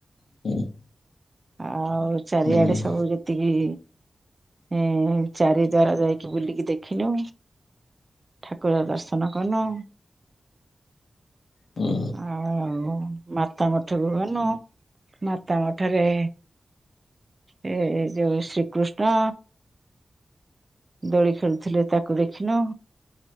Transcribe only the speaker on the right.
<unintelligible> ଆଉ ଚାରିଆଡେ
ସବୁ ଯେତିକି ହୁଁ, ଚାରିଦ୍ୱାର ଯାଇକି ବୁଲିକି ଦେଖିଲୁ। ଠାକୁର ଦର୍ଶନ କଲୁ।
ଆଉ ମାତାମଠକୁ ଗଲୁ ମାତାମଠରେ ଏ ଯୋଉ ଶ୍ରୀକୃଷ୍ଣ। ଦୋଳି ଖେଳୁଥିଲେ ତାକୁ ଦେଖିଲୁ।